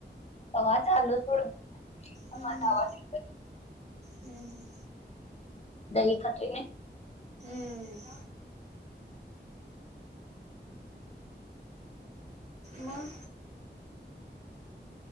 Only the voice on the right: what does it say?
हम्म हम्म
हम्म हम्म
हमंम मग